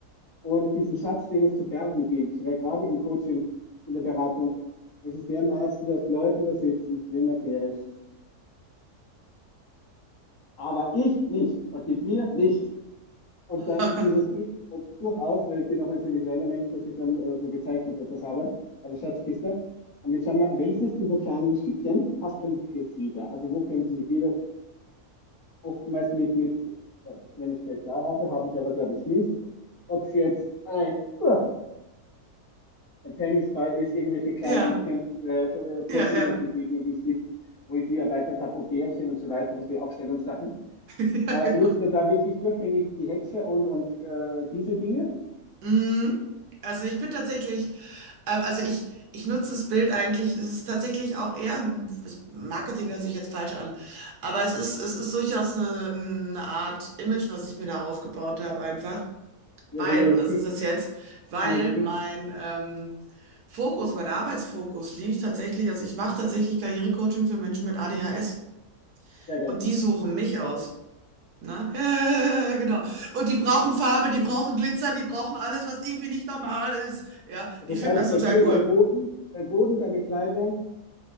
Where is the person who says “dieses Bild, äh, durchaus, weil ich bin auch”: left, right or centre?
Left